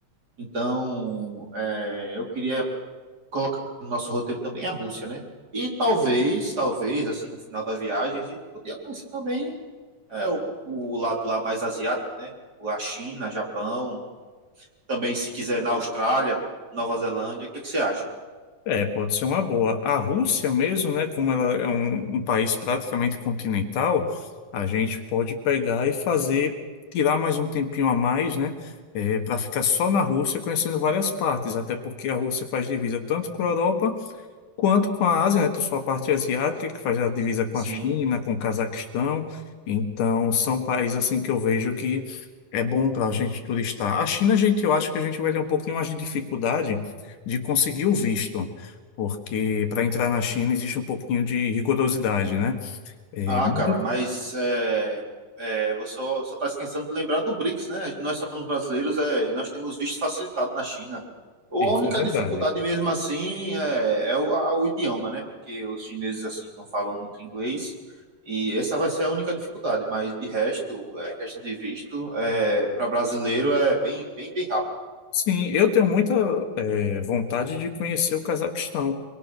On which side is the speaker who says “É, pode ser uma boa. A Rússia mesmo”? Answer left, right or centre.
Left